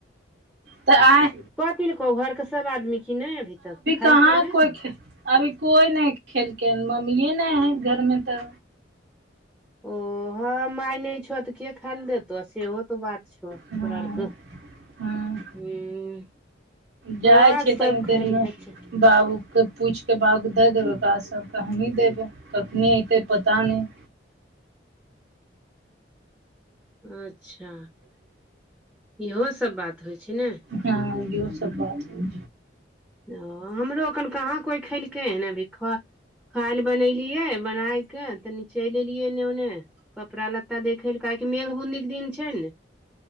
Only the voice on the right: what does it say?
तऽ आय
कहाँ
कोइ
खे अभी कोइ नहि खेलकै हन मम्मिये नहि है घरमे तऽ
हँ
हँ
जाइ
छिय
तनी
देरमे।
बाबूके पूछिके बाबू दै देबै ओकरा सबके हमी देबै कखने ऐते पता नहि
हँ इहो सभ बात है